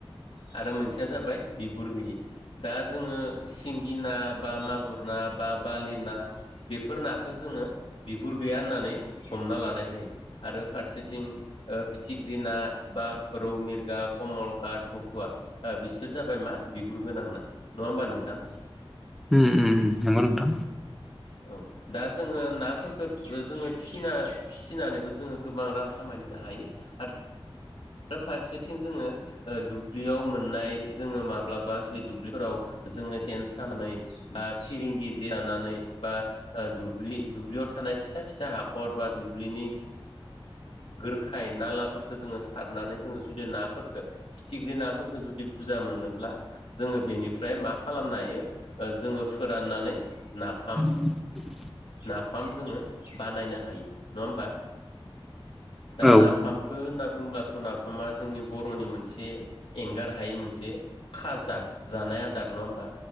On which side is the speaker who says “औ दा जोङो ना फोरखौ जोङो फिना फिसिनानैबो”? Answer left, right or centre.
Left